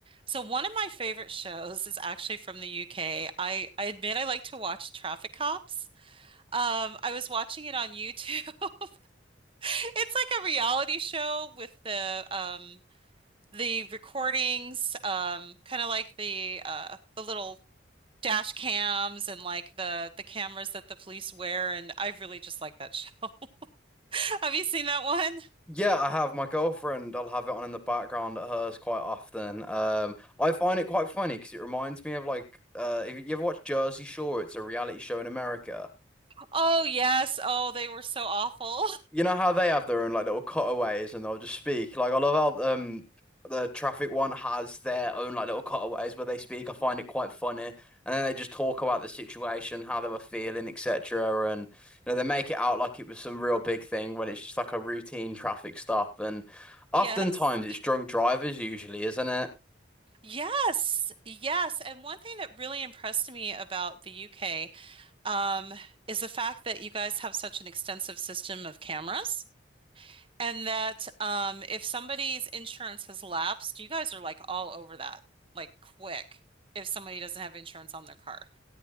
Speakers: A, on the right; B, in the centre.
A: So one of my favorite shows is actually from the UK. I, I admit I like to watch Traffic Cops. Um, I was watching it on YouTube. <laughs> It's like a reality show with the um the recordings, um, kind of like the uh the little dash cams and like the the cameras that the police wear, and I really just like that show. <laughs> Have you seen that one?
B: Yeah, I have my girlfriend. I'll have it on in the background at hers quite often. Um, I find it quite funny because it reminds me of like, uh, if you ever watch Jersey Shore, it's a reality show in America,
A: Oh yes. Oh, they were so awful.
B: You know how they have their own like little cutaways and they'll just speak. Like I love how um the traffic one has their own like little cutaways where they speak. I find it quite funny. And then they just talk about the situation, how they were feeling, etc. And you know, they make it out like it was some real big thing when it's just like a routine traffic stop. And oftentimes
A: <laughs> Yes.
B: it's drunk drivers usually, isn't it?
A: Yes, yes. And one thing that really impressed me about the UK um, is the fact that you guys have such an extensive system of cameras, and that um, if somebody's insurance has lapsed, you guys are like all over that, like quick, if somebody doesn't have insurance on their car.